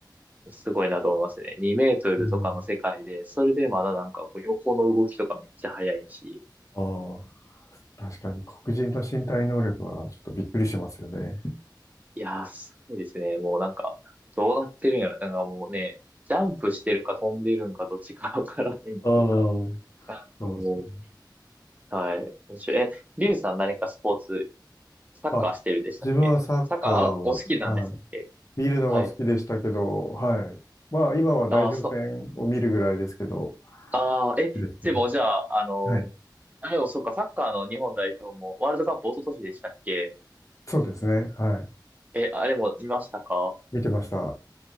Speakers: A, on the right; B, on the left.
A: すごいなと思いますね。2メートルとかの世界で、
B: うん。
A: それでまだなんかこう横の動きとかめっちゃ速いし、
B: はいああ、確かに黒人の身体能力はちょっとびっくりしますよね。
A: うん、いやー、すごいですね。もうなんか、どうなってるんやろ。なんかもうね、ジャンプしてるか飛んでるんかどっちかわからへんっていうか。
B: ああ、そ
A: あの、も
B: うですね。
A: う、はい。面白い。え、リュウさん何かスポーツ、サッカーしてるでしたっけサッカー、
B: あ、自分はサッカー、
A: あ、お好きなんでしたっけ
B: はい見るのが好きでしたけど、
A: はい。
B: はい。まあ、今は代表戦を見るぐらいですけど、
A: ああ、そう。ああ、え、
B: いいですね。
A: でもじゃあ、あの、
B: はい。
A: あれもそうか、サッカーの日本代表もワールドカップ一昨年でしたっけ
B: そうですね。はい。
A: え、あれも見ましたか
B: 見てました。